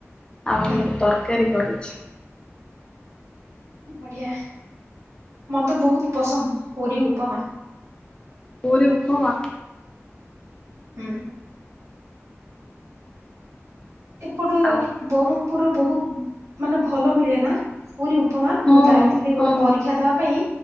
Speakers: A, on the left (about 20°); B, on the right (about 75°).
A: ଆଉ
B: ହୁଁ।
A: ତରକାରୀ କରିଛି।
B: ବଢ଼ିଆ ମତେ ବହୁତ ପସନ୍ଦ ପୁରୀ ଉପମା।
A: ପୁରି ଉପମା।
B: ହୁଁ। ଏପଟେ
A: ଆଉ
B: ବରହ୍ମପୁର ରେ ବହୁତ ମାନେ ଭଲ ମିଳେ ନା। ପୁରୀ ଉପମା
A: ହଁ
B: ମୁଁ ଯାଇଥିଲି
A: ହଁ
B: ଗୋଟେ ପରୀକ୍ଷା ଦବା ପାଇଁ